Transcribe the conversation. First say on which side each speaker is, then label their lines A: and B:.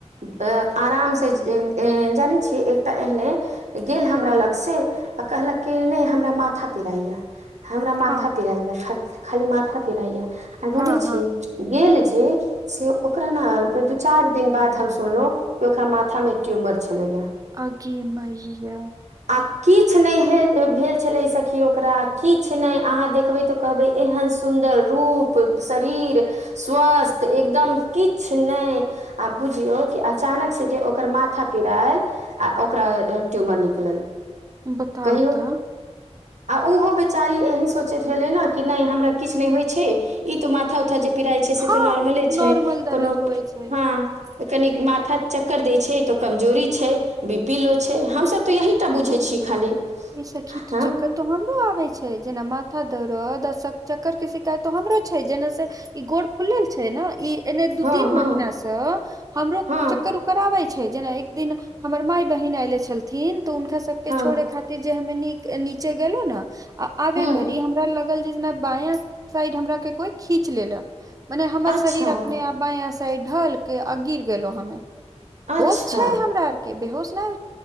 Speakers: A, on the right; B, on the right.
A: अँ आराम सँ उम्म ए जानै छियै एक तऽ एहने गेल हमरा
B: ह
A: लग से आ कहलक की नय हमरा माथा पिराय यऽ हमरा माथा
B: हँ
A: पिराय यऽ ख - खाली माथा पिराय यऽ आ जानै
B: हँ हँ
A: छी गेल छै से ओकरा नऽ दू चार दिन बाद हम सुनलौ की ओकरा माथा मे ट्यूमर छलै यऽ
B: अगे मैया
A: आ किछ नय हे भेल छलै सखी ओकरा किछ नइ अहाँ देखबै तऽ कहबै एहन सुन्दर रूप शरीर स्वस्थ एकदम किछ नइ आ बुझियौ की अ चानक से जे ओकर माथा पिराइ आ ओकरा अ ट्यूमर निकलल
B: बताउ
A: कहियौ
B: तऽ
A: आ उहो बेचारी एही सोचै छलै नऽ की नय हमरा किछ नइ होइ छै ई तऽ माथा उथा जे पिराइ छै से
B: हँ
A: तऽ नोर्मले छै
B: नॉर्मल दर्द
A: कोनो
B: होवे छै
A: हँ कनिक माथा चक्कर दै छै तऽ कमजोरी छै बि पी लो छै हमसब तऽ यही टा बुझै छी खाली
B: ई सखी त
A: हँ
B: चकत तो हमरो आबे छै जेना माथा दौरद सक चक्कर केँ शिकायत तो हमरो छै जेने से ई गोड़ फुलल छै नऽ इ एने दू
A: हँ
B: तीन
A: हँ
B: महीना सँ हमरो
A: हँ
B: चक्कर उ कर आबै छै जेना एक दिन हमर माय बहिन ऐले छलथिन तऽ हुनका सब केँ
A: हँ
B: छोड़े खाति र जे हमे नी - नीचे गेलु नऽ आ आबे
A: हँ
B: घड़ी हमरा लग ल जे जेना बाँया साइड हमरा केँ कोई खीच लेलक मने हमर
A: अच्छा
B: शरीर अपने आप बाँया साइड ढल केँ अ गिर गेलो हमे
A: अच्छा
B: होश छै हमरा आर केँ बेहोश नय